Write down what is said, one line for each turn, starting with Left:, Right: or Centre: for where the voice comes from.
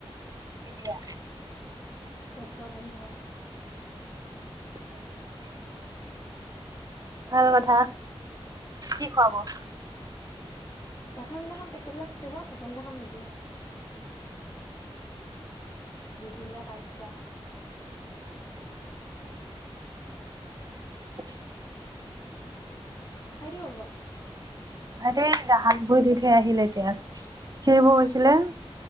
Right: কেতিয়া?
Left: চৈধ্য, পোন্ধৰ।
Right: <inaudible> ভাল কথা, কি খুৱাব‌?
Left: প্ৰথমদিনাখন পেকেট লজ দিব ছেকেণ্ড দিনা খন নিদিয়ে। দুদিনীয়া কাৰ্য্য।
Right: <inaudible>
Left: ভাইটি ক'ত গ'ল?
Right: ভাইটি হাত-ভৰি ধুই থৈয় আহিলে এতিয়া খেলিব গৈছিলে।